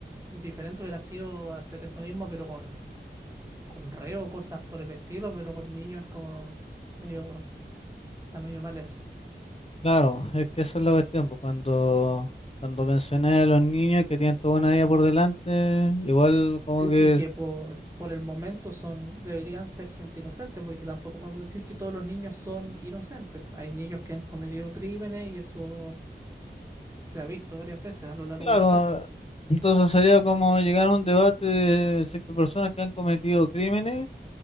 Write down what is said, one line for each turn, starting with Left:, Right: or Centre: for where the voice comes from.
Right: Diferente hubiera sido hacer eso mismo, pero con, con reo, cosas por el estilo, pero con niños es como medio, está medio mal eso.
Left: Claro, es que esa es la cuestión, pues, cuando, cuando mencioné a los niños que tienen toda una vida por delante, igual como
Right: Cl-
Left: que,
Right: Y que
Left: es-
Right: por, por el momento son, deberían ser gente inocente, porque tampoco podemos decir que todos los niños son inocentes. Hay niños que han cometido crímenes y eso se ha visto varias veces a lo largo
Left: claro,
Right: de la historia.
Left: entonces sería como llegar a un debate de si es que personas que han cometido crímenes,